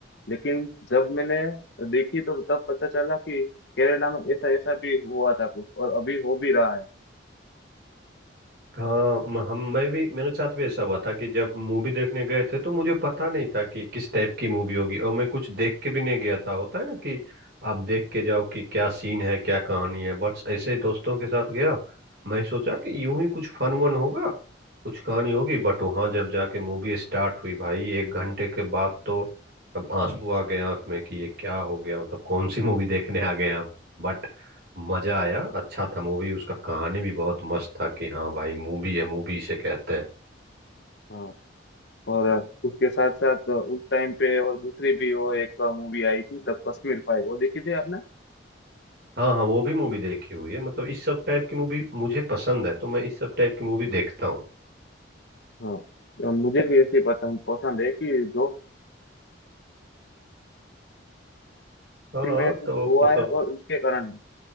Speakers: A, on the left; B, on the right.
A: लेकिन जब मैंने देखी तो तब पता चला कि केरला में ऐसा ऐसा भी हुआ था कुछ और अभी हो भी रहा है
B: हाँ म- हम मैं भी मेरे साथ भी ऐसा हुआ था कि जब मूवी देखने गए थे तो मुझे पता नहीं था कि किस टाइप की मूवी होगी और मैं कुछ देख के भी नहीं गया था होता है ना कि आप देख के जाओ कि क्या सीन है क्या कहानी है बस ऐसे ही दोस्तों के साथ गया मैं सोचा कि यूं ही कुछ फन वन होगा कुछ कहानी होगी बट वहां जब जाके मूवी स्टार्ट हुई भाई एक घंटे के बाद तो अब आंसू आ गए आंख में कि ये क्या हो गया मतलब कौन सी <laughs> मूवी देखने आ गए हम बट मजा आया अच्छा था मूवी उसका कहानी भी बहुत मस्त था कि हाँ भाई मूवी है मूवी से कहते हैं
A: हाँ और उसके साथ साथ उस टाइम पे और दूसरी भी वो एक मूवी आई थी द कश्मीर फाइल वो देखी थी आपने
B: हाँ हाँ वो भी मूवी देखी हुई है मतलब इस सब टाइप की मूवी मुझे पसंद है तो मैं इस सब टाइप की मूवी देखता हूँ
A: हाँ और मुझे भी ऐसी पसंद पसंद है कि दोस्ती
B: हाँ
A: में कुछ
B: तो
A: हुआ
B: मतलब
A: है और उसके कारण